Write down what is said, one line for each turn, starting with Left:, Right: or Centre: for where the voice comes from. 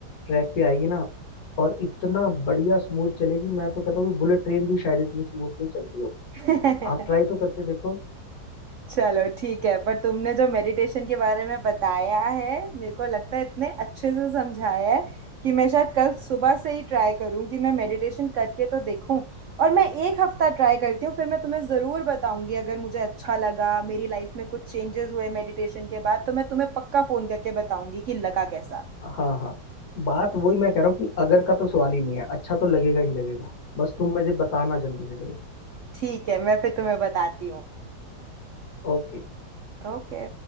Left: ट्रैक पे आएगी ना और इतना बढ़िया स्मूथ चलेगी मैं तो कहता हूँ बुलेट ट्रेन भी शायद इतनी स्मूथ नहीं चलती हो
Right: है
Left: आप ट्राई
Right: <laughs>
Left: तो करके देखो
Right: चलो ठीक है पर तुमने जो मेडिटेशन के बारे में बताया है मेरे को लगता है इतने अच्छे से समझाया है कि मैं शायद कल सुबह से ही ट्राई करूं कि मैं मेडिटेशन करके तो देखूं और मैं एक हफ्ता ट्राई करती हूँ फिर मैं तुम्हें ज़रूर बताऊंगी अगर मुझे अच्छा लगा मेरी लाइफ में कुछ चेंजेस हुए मेडिटेशन के बाद तो मैं तुम्हें पक्का फ़ोन करके बताऊंगी कि लगा कैसा
Left: हाँ हाँ बात वही मैं कह रहा हूँ कि अगर का तो सवाल ही नहीं है अच्छा तो लगेगा ही लगेगा बस तुम मुझे बताना जल्दी से जल्दी
Right: ठीक है मैं फिर तुम्हें बताती हूँ
Left: ओके
Right: ओके